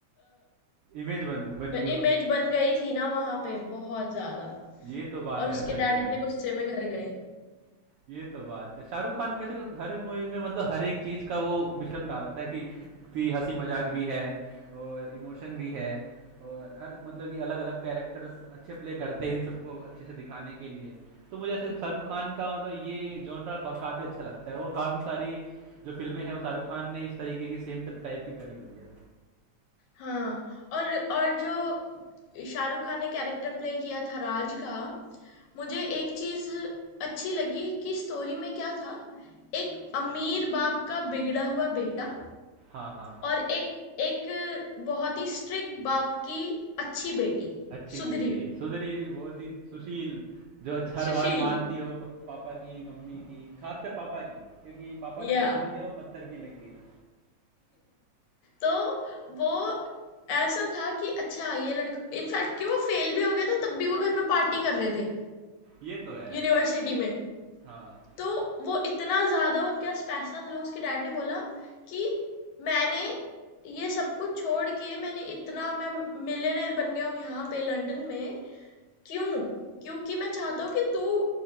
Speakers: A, on the right (about 75°); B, on the left (about 75°).
A: इमेज बन बनी उन
B: इमेज बन गई थी ना वहां पे बहुत ज्यादा
A: ये तो बात
B: और उसके
A: है सच
B: डैड
A: में
B: इतने गुस्से में घर गए
A: ये तो बात है शाहरुख खान कैसे हर एक मूवी में मतलब हर एक चीज़ का वो मिश्रण डालता है कि कि हंसी मजाक भी है और इमोशन भी है और हर मतलब कि अलग अलग कैरेक्टर्स अच्छे प्ले करते हैं इन सबको अच्छे से दिखाने के लिए तो मुझे ऐसे शाहरुख खान का मतलब ये जॉनरा काफ़ी अच्छा लगता है और काफ़ी सारी जो फिल्में हैं वो शाहरुख खान ने इस तरीके की सेम टाइप की करी हुई है
B: हाँ, और और जो शाहरुख खान ने कैरेक्टर प्ले किया था राज का, मुझे एक चीज़ अच्छी लगी कि स्टोरी में क्या था, एक अमीर बाप का बिगड़ा हुआ बेटा
A: हाँ हाँ
B: और एक एक बहुत ही स्ट्रिक्ट बाप की अच्छी बेटी,
A: अच्छी
B: सुधरी
A: बेटी
B: हुई,
A: सुधरी बहुत ही सुशील जो अच्छा हर
B: सुशील,
A: बात मानती हो प- पापा की मम्मी की खासकर पापा की क्योंकि पापा
B: या
A: ने जो बोल दिया वो पत्थर की लकीर
B: तो वो ऐसा था कि अच्छा ये लड़का इनफैक्ट कि वो फेल भी हो गया था तब भी वो घर में पार्टी कर रहे थे
A: ये तो है
B: यूनिवर्सिटी में
A: हाँ
B: तो वो इतना ज़्यादा उनके पास पैसा था उसके डैड ने बोला कि मैंने ये सब कुछ छोड़ के मैंने इतना मैं मिलियनेयर बन गया हूँ यहाँ पे लंदन में क्यों क्योंकि मैं चाहता हूँ कि तू